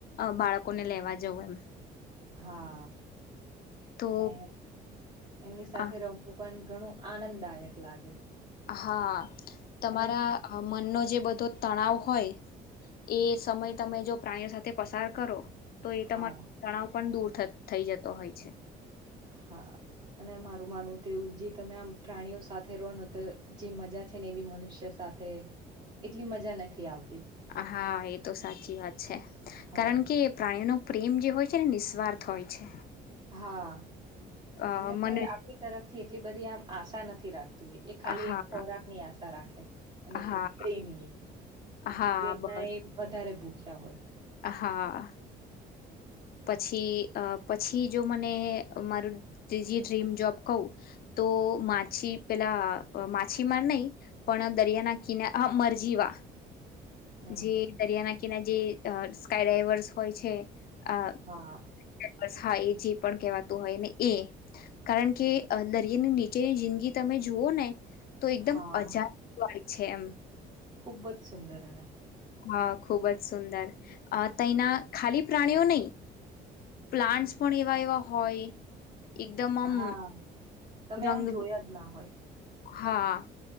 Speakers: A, on the left; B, on the right.
A: બાળકોને લેવા જવં એમ
B: હા
A: તો
B: ને એમની સાથે
A: અ
B: રમવું પણ ઘણું આનંદદાયક લાગે
A: હા તમારા
B: અને હું
A: મનનો જે બધો તણાવ હોય એ સમય તમે જો પ્રાણીઓ સાથે પસાર કરો તો એ તમારો
B: હા
A: તણાવ પણ દૂર થઈ જતો હોય છે
B: હા અને મારું માનવું તેવું જે તમે આમ પ્રાણીઓ સાથે રહો ન તો જે મજા છે ને એવી મનુષ્ય સાથે સાથે એટલી મજા નથી આવતી
A: હા એ તો સાચી વાત છે
B: હા
A: કારણ કે પ્રાણીઓનો પ્રેમ જે હોય છે નિઃસ્વાર્થ હોય છે
B: હા
A: અ
B: એમને
A: મનુ
B: કોઈ આપડી તરફથી એટલી બધી આમ આશા નથી રાખતી એ ખાલી
A: હા
B: એક ખોરાક ની આશા રાખે અને
A: હા
B: પ્રેમની
A: હા
B: પ્રેમના
A: બસ
B: એ વધારે ભૂખ્યા હોય
A: હા પછી પછી જો મને મારું ત્રીજી ડ્રીમ જોબ કહું તો માછી પેલા માછીમાર નહી પણ દરિયાના કિના મરજી વા
B: હમ
A: જે દરિયા નાકીનારે જે સ્કાય ડ્રાઈવર્સ હોય છે આ
B: હા
A: હા એ જે પણ કહેવાતું હોય ને એ કારણ કે દરિની નીચેની જિંદગી તમે જુવોઓ ને તો એકદમ
B: હા
A: અજા વાળી છે એમ
B: ખુબ જ સુંદર એને
A: હા ખુબ જ સુંદર તેના ખાલી પ્રાણીઓ નહી પ્લાન્ટસ પણ એવા એવા હોય એકદમમ
B: હા તમે
A: રંગ
B: આમ જોયા જ ના હોય
A: હા